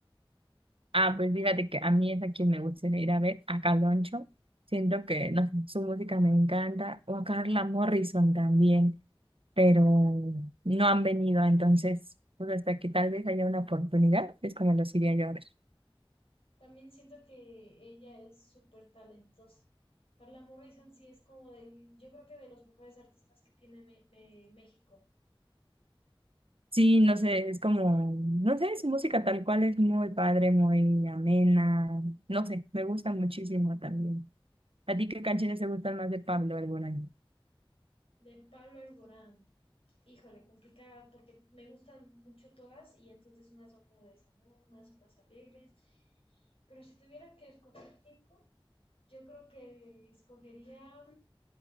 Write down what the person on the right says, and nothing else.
Ah, pues fíjate que a mí es a quien me gustaría ir a ver, a Caloncho. Siento que no sé, su música me encanta, o a Carla Morrison también, pero no han venido, entonces, pues hasta que tal vez haya una oportunidad, es como los iría yo a ver.
Sí, no sé, es como, no sé, su música tal cual es muy padre, muy amena, no sé, me gusta muchísimo también. ¿A ti qué canciones te gustan más de Pablo Alborán?